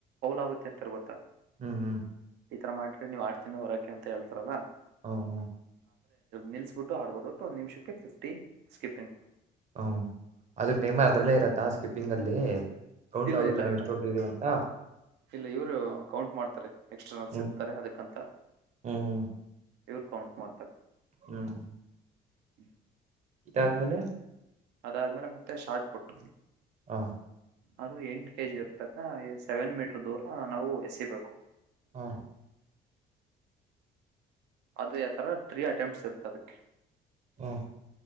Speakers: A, on the right; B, on the right.
A: ಆಗುತ್ತೆ ಅಂತ ಗೊತ್ತ.
B: ಹ್ಮ್ ಹ್ಮ್
A: ಈತರ ಮಾಡ್ರಿ ನೀವು್ ಆಟದಿಂದ ಹೂರಕೆ ಅಂತ ಹೇಳ್ತಾರಲ್ಲ
B: ಹ ಹ
A: ನಿಲ್ಸ್ಬಿಟ್ಟು ಆಡ್ಬೋದು ಒಂದ ನಿಮಿಷಕ್ಕೆ ಫಿಫ್ಟಿ ಸ್ಕಿಪಿಂಗ್.
B: ಹ್ಮ ಅದು ಟೈಮರ್ ಅದ್ರಲ್ಲೇ ಇರತ್ತಾ ಸ್ಕಿಪ್ಪಿಂಗ್ ಅಲ್ಲಿ. ಕೌಂಟ್
A: ಇಲ್ಲ
B: ಆಗುತ್ತೆ
A: ಇಲ್ಲ
B: ನಾವವು
A: ಇಲ್ಲ
B: ಎಷ್ಟ ಹೊಡ್ತಿದೀವಿ ಅಂತ.
A: ಇಲ್ಲ ಇವರು ಕೌಂಟ್ ಮಾಡ್ತಾರೆ ಎಕ್ಸ್ಟರ್ನಲ್ಸ್
B: ಹ್ಮ್
A: ಇರ್ತಾರೆ ಅದಕ್ಕಂತ.
B: ಹ್ಮ್
A: ಇವರು ಕೌಂಟ್ ಮಾಡ್ತಾರೆ.
B: ಹ್ಮ್
A: <inaudible>
B: ಇದಾದ್ಮೇಲೆ.
A: ಅದಾದ್ಮೇಲೆ ಮತ್ತೆ ಶಾರ್ಟ್ ಪುಟ್.
B: ಹಾ
A: ಅದು ಎಂಟು ಕೆ ಜಿ ಇರ್ತದ ಸೆವೆನ್ ಮೀಟರ್ ದೂರ ನಾವು ಎಸಿಬೇಕು.
B: ಹಾ
A: ಅದು ಯಾವಥರ ತ್ರೀ ಅಟೆಂಪ್ಟ್ಸ್ ಇರ್ತ ಅದಕ್ಕೆ.
B: ಹ್ಮ್